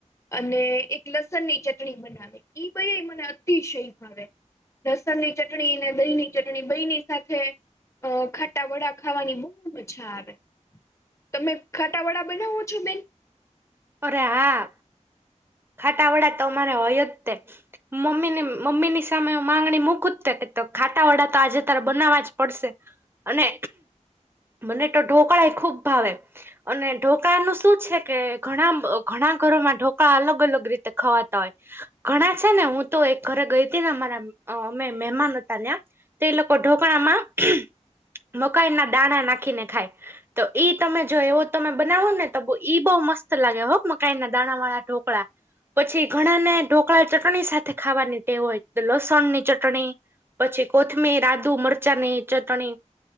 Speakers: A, on the left; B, on the right.
A: અને એક લસણની ચટણી બનાવે એ બી મને અતિશય ભાવે લસણની ચટણી ને દહીની ચટણી દહીની સાથે અ ખાટા વડા ખાવાની બહુ મઝા આવે તમે ખાટાવડા બનાવો છો બેન
B: અરે હા ખાટા વડા તો અમારે હોય જ તે મમ્મી મમ્મીની સામે માંગણી મૂકુજ કે ખાટાવાડા તો આજે તારે બનાવવા જ પડશે અને મને તો ઢોકળાએ ખુબ ભાવે અને ઢોકળા નું શું છે કે ઘણા ઘણા ઘરોમાં ઢોકળા અલગ અલગ રીતે ખવાતા હોય ઘણા છે ને હું તો એક ઘરે ગઈ હતી ને અમારા અમે મહેમાન હતા ત્યા તો એ લોકો ઢોકણાામાં મકાઈના દાણા નાખીને ખાય તો ઈ તમે જો એવો તમે બનાવો ને તો ઈ બહુ મસ્ત લાગે હો મકાઈના દાણાવાળા ઢોકળા પછી ઘણાને ઢોકળા ચટણી સાથે ખાવાની ટેવ હોય લસણની ચટણી પછી કોથમીર આદુ મરચાંનીચટણી